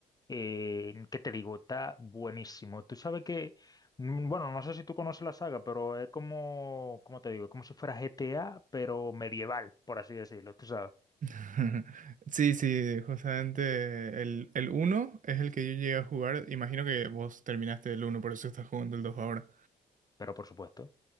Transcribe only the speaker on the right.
<laughs> Sí, sí, justamente el, el uno es el que yo llegué a jugar. Imagino que vos terminaste el uno por eso estás jugando el 2 ahora.